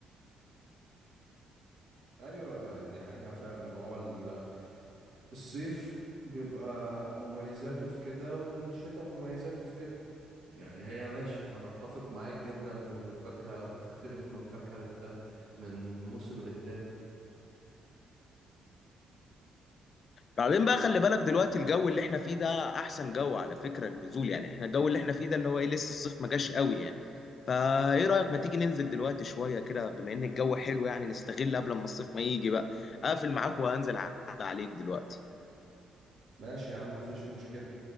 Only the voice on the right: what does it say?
ايوه دي حقيقة فعلا هو ال- الصيف بيبقى مميزاته في كده والشتاء مميزاته في كده يعني هي ماشي انا اتفق معاك جدا في ان الفاكهة بتختلف من فاكهة للتانية من موسم للتاني
ماشي يا عم مفيش مشكلة